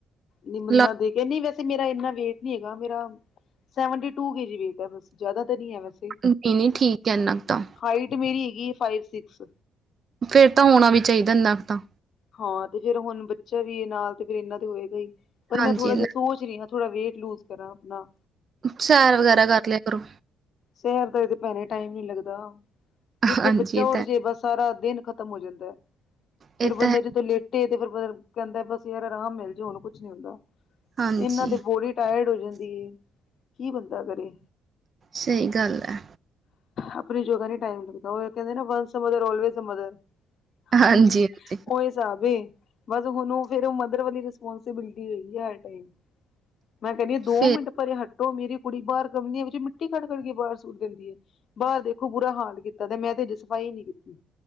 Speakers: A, on the left (about 60°); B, on the right (about 45°).
A: ਨੀ ਮੁੰਨਾ
B: ਲਾ
A: ਦੇ ਕੇੰਦੀ ਵੈਸੇ ਮੇਰਾ ਏਨਾ ਵੇਟ ਨੀ ਹੈਗਾ ਮੇਰਾ seventy two K G weight ਬਸ ਜਾਦਾ ਤੇ ਨੀ ਹੈ ਵੈਸੇ
B: ਨਹੀਂ ਨਹੀਂ ਠੀਕ ਹੈ ਇੰਨਾ ਕੁ ਤਾਂ
A: ਹਾਈਟ ਮੇਰੀ ਹੈਗੀ ਏ ਫਾਈਵ ਸਿਕਸ।
B: ਫੇਰ ਤਾਂ ਹੋਣਾ ਵੀ ਚਾਈਦੈ ਇੰਨਾ ਕੁ ਤਾਂ
A: ਹਾਂ ਤੇ ਫੇਰ ਹੁਨ ਬੱਚਾ ਵੀ ਨਾਲ ਤੇ ਫੇਰ ਇਨਾਂ ਤੇ ਹੋਏਗਾ ਈ, ਪਰ
B: ਹਾਂਜੀ
A: ਮੈਂ ਥੋੜ੍ਹਾ ਜਿਹਾ ਸੋਚ ਰੀ ਆਂ ਥੋੜਾ ਵੇਟ ਲੂਜ ਕਰਾਂ ਆਪਣਾ
B: ਸੈਰ ਵਗੈਰਾ
A: ਬਸ
B: ਕਰ ਲਿਆ ਕਰੋ।
A: ਸੈਰ ਦਾ ਈ ਤੇ ਭੈਨੇ ਟਾਈਮ ਨੀ ਲੱਗਦਾ, ਜਿੱਥੇ
B: ਹਾਂਜੀ
A: ਬੱਚਾ
B: ਇਹ
A: ਉੱਠ
B: ਤਾਂ
A: ਜੇ ਬਸ ਸਾਰਾ ਦਿਨ ਖ ਖਤਮ ਹੋ ਜਾਂਦਾ ਐ ਫੇਰ
B: ਇਹ
A: ਬੰਦਾ
B: ਤਾਂ ਹੈ
A: ਜਦੋਂ ਲੇਟੇ ਤੇ ਫੇਰ ਤੇ ਕੈਂਦੈ ਬਸ ਯਾਰ ਆਰਾਮ ਮਿਲ ਜੇ ਹੁਨ ਕੁੱਛ ਨੀ ਹੁੰਦਾ
B: ਹਾਂਜੀ
A: ਇਨਾਂ ਦੇ ਬੋਰੀ ਟਾਇਰਡ ਹੋ ਜਾਂਦੀ ਏ ਕੀ ਬੰਦਾ ਕਰੇ
B: ਸਈ ਗੱਲ ਐ।
A: ਆਪਣੀ ਯੋਗਾ ਨੂੰ ਟਾਇਮ ਲੱਗਦਾ, ੳ ਕੈਂਦੇ ਨਾ ਵਨਸ ਮਦਰ ਔਲਵੇਜ ਮਦਰ।
B: ਹਾਂਜੀ-ਹਾਂਜੀ
A: ਹੂੰ, ਹੂੰ। ਫੇਰ ਸਾਵ ਏ ਬਸ ਹੂੰਨ ੳ ਫੇਰ ਮਦਰ ਵਾਲੀ ਰਿਸਪੋਂਸੀਬਿਲਿਟੀ ਹੋਗੀ ਹਰ ਟਾਈਮ ਮੈਂ ਕੈਨੀ ਆਂ ਦੋ
B: ਫੇਰ
A: ਮਿੰਟ ਭਰੇ ਹੱਟ ਟੋ ਮੇਰੀ ਕੁੜੀ ਬਾਰ ਗਮਲੇਆਂ ਵਿੱਚ ਮਿੱਟੀ ਕੱਢ ਕਰਕੇ ਬਾਰ ਸੂਟ ਦਿੰਦੀ ਏ, ਬਾਰ ਦੇਖੋ ਬੁਰਾ ਹਾਲ ਕੀਤਾ ਤਾ ਦੈ ਮੈਂ ਤੇੇ ਹਜੇ ਸਫਾਈ ਨੀ ਕੀਤੀ